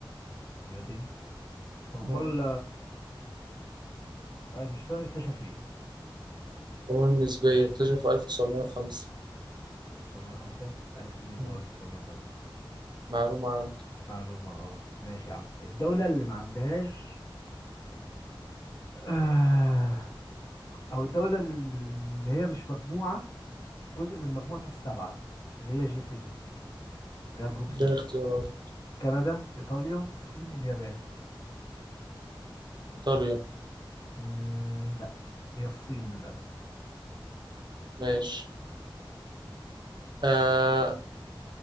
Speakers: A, on the left; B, on the right.
A: نيوتن طب امال
B: مم.
A: اينشتاين اكتشف ايه
B: القانون النسبية اكتشفه 1905
A: 1905 انت عرفت منين
B: مم.
A: ان هو 1905
B: معلومة عندي
A: معلومه اه ماشي يا عم الدوله اللي ما عندهاش آه، او الدوله اللي هي مش مجموعه جزء من مجموعه السبعه اللي هي جي 7 اللي هي جروب 7
B: ده اختيارات
A: كندا إيطاليا الصين اليابان
B: إيطاليا
A: مم لا هي الصين للأسف
B: ماشي آه